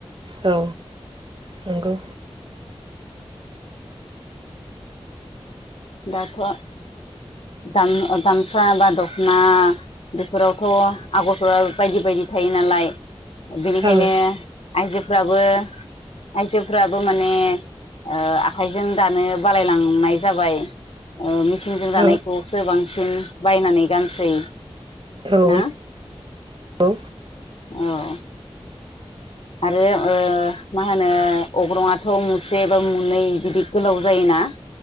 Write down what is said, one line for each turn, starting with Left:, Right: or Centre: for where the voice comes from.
Right: औ नंगौ
Left: दाथ' ओ गाम ओ गामसा बा दख'ना बेफोरावथ' आगरफोरा बायदि बायदि थायो नालाय बेनिखायनो
Right: औ
Left: आइजोफ्राबो आइजोफ्राबो माने ओ आखाइजों दानो बालायलांनाय जाबाय ओ मिचिंजों दानायखौसो
Right: औ
Left: बांसिन बायनानै गानसै
Right: औ
Left: ना
Right: नंगौ
Left: औ आरो ओ मा होनो अग्रंआथ' मुसे बा मुनै बिदि गोलाव जायोना